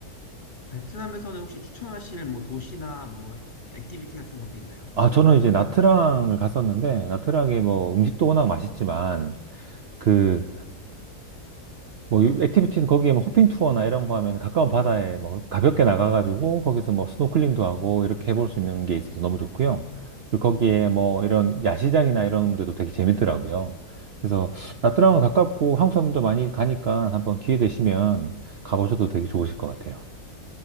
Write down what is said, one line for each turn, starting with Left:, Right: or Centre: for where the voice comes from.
Left: 베트남에서는 혹시 추천하실 뭐 도시나 뭐 액티비티 같은 것도 있나요?
Right: 아, 저는 이제 나트랑을 갔었는데, 나트랑에 뭐 음식도 워낙 맛있지만, 그, 뭐, 유- 액티비티는 거기에 뭐 호핑 투어나 이런 거 하면 가까운 바다에 뭐 가볍게 나가가지고 거기서 뭐 스노클링도 하고 이렇게 해볼 수 있는 게 있어서 너무 좋고요. 그리고 거기에 뭐
Left: 네.
Right: 이런 야시장이나 이런 데도 되게 재밌더라고요. 그래서 나트랑은
Left: 음,
Right: 가깝고 한국 사람들도 많이 가니까 한번 기회 되시면 가보셔도 되게 좋으실 것 같아요.